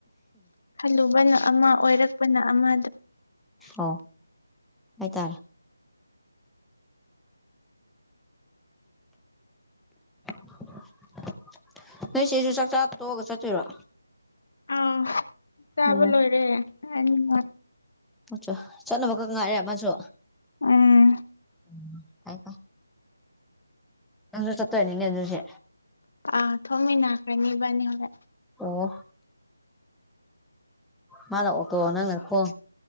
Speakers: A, on the left; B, in the centre.
A: ꯈꯜꯂꯨꯕꯅ ꯑꯃ ꯑꯣꯏꯔꯛꯄꯅ ꯑꯃ
B: ꯑꯣ ꯍꯥꯏ ꯇꯔꯦ <inaudible> ꯅꯣꯏ ꯆꯦꯁꯨ ꯆꯥꯛꯆꯥ ꯇꯣꯛꯑꯒ ꯆꯠꯇꯣꯏꯔꯣ
A: ꯑꯧ ꯆꯥꯕ
B: ꯑꯣ
A: ꯂꯣꯏꯔꯦ <unintelligible>
B: <unintelligible> ꯆꯠꯅꯕꯈꯛ ꯉꯥꯏꯔꯦ ꯃꯥꯁꯨ
A: ꯎꯝ
B: ꯎꯝ ꯇꯥꯏꯀꯣ ꯅꯪꯁꯨ ꯆꯠꯇꯣꯢꯅꯤꯅꯦ ꯑꯗꯨꯁꯤ
A: ꯑ ꯊꯣꯡꯃꯤꯅꯈ꯭ꯔꯅꯤ ꯢꯕꯥꯅꯤ ꯍꯣꯔꯦꯟ
B: ꯑꯣ ꯃꯥ ꯑꯣꯛꯇꯣ ꯅꯪꯅ ꯈꯣꯡ